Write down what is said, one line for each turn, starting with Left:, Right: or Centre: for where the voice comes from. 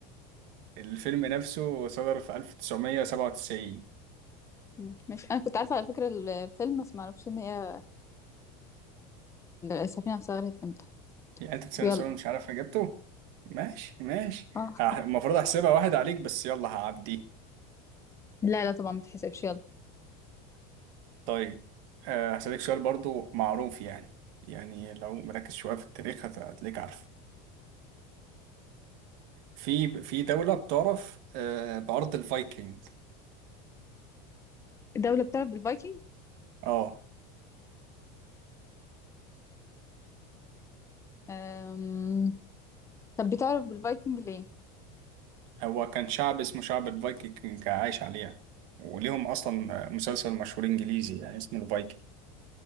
Right: الفيلم نفسه صدر في 1997
Left: مم، مش انا كنت عارفة على فكرة الفيلم بس معرفش ان هي السفينة نفسها غرقت امتى
Right: يعني انت تسألني
Left: طب يلا
Right: سؤال مش عارف اجابته ماشي ماشي
Left: اه
Right: هح- المفروض احسبها واحد عليك بس يلا هعدي
Left: لا لا طبعا ما تحسبش يلا
Right: طيب آه، هسألك سؤال برضو معروف يعني يعني لو مركز شوية في التاريخ هت- هتلاقيك عارف في في دولة بتعرف آه، بأرض الفايكنج
Left: الدولة بتعرف بالفايكنج
Right: اه
Left: أم... طب بتعرف بالفايكنج ليه
Right: هو كان شعب اسمه شعب الفايكنج عايش عليها وليهم اصلا مسلسل مشهور انجليزي يعني اسمه الفايكنج